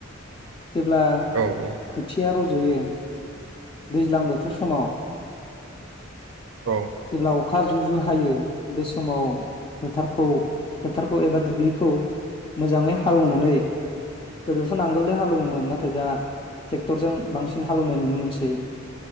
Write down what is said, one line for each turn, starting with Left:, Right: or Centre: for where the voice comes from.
Left: जेब्ला
Right: हो औ औ
Left: खोथिया रज'यो दैज्लां बोथोर समाव
Right: औ
Left: जेब्ला अखा जुजु जु हायो बे समाव फोथारखौ फोथारखौ एबा दुब्लिखौ मोजाङै हालेवनानै गोदोथ' नांगोल हालेवोमोन नाथाय दा ट्रेक्टरजों बांसिन हालौनाय नुनो मोनसै सै